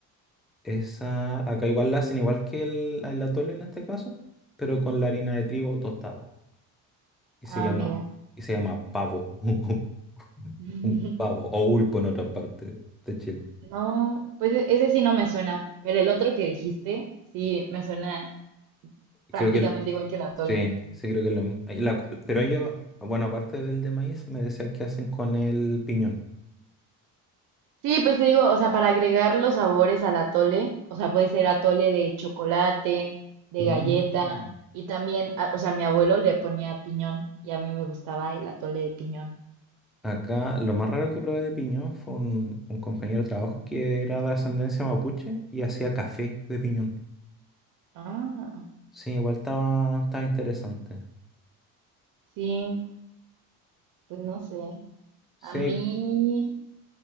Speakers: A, in the centre; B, on the right (about 60°).
A: Esa, acá igual la hacen igual que el, el atole en este caso, pero con la harina de trigo tostada. Y
B: ah,
A: se llama,
B: mira.
A: y se llama pavo. <laughs>
B: <laughs>
A: Un pavo, o ulpo en otra parte de Chile.
B: No, pues e- ese sí no me suena, pero el otro que dijiste sí me suena prácticamente
A: Creo que, el-
B: igual que el atole.
A: sí, sí creo que es lo mismo. Ahí la- pero ellos, bueno, aparte del de maíz, me decían que hacen con el piñón.
B: Sí, pues te digo, o sea, para agregar los sabores al atole, o sea, puede ser atole de chocolate, de
A: Mm.
B: galleta, y también, a- o sea, mi abuelo le ponía piñón y a mí me gustaba el atole de piñón.
A: Acá lo más raro que probé de piñón fue un, un compañero de trabajo que era de ascendencia mapuche y hacía café de piñón.
B: Ah,
A: Sí, igual estaba, estaba interesante.
B: sí, pues no sé.
A: Sí,
B: A mí,